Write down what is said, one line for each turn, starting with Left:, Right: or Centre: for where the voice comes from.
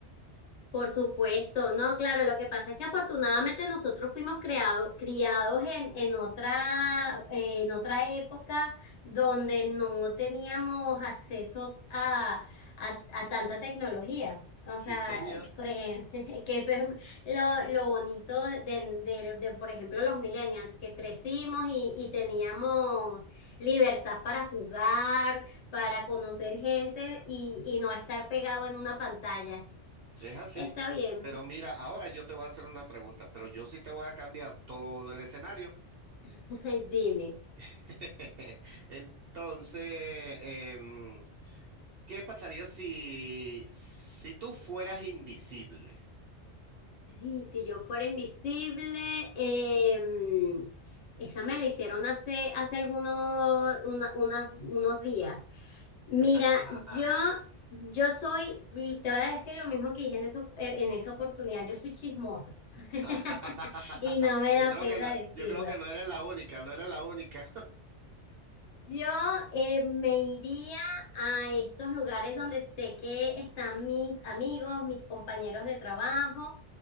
Left: Por supuesto, no, claro, lo que pasa es que afortunadamente nosotros fuimos creado, criados en, en otra, eh, en otra época donde no teníamos acceso a, a, a tanta tecnología. O
Right: Sí,
Left: sea,
Right: señor,
Left: por ejemplo, <laughs> que eso es lo, lo bonito de, de, de, por ejemplo, los millennials, que crecimos y, y teníamos libertad para jugar, para conocer gente y, y no estar pegado en una pantalla.
Right: es así.
Left: Está bien,
Right: Pero mira, ahora yo te voy a hacer una pregunta, pero yo sí te voy a cambiar todo el escenario.
Left: <laughs> dime.
Right: <laughs> Entonces, em, ¿qué pasaría si, si tú fueras invisible?
Left: Y si yo fuera invisible, em, esa me la hicieron hace, hace algunos una- una- unos días. Mira,
Right: <laughs>
Left: yo, yo soy, te voy a decir lo mismo que dije en, eso, eh, en esa oportunidad, yo soy chismosa <laughs>
Right: <laughs>
Left: y no me da
Right: Yo creo
Left: pena
Right: que no,
Left: decirlo.
Right: yo creo que no eres la única, no eres la única.
Left: Yo eh, me iría a estos lugares donde sé que están mis amigos, mis compañeros de trabajo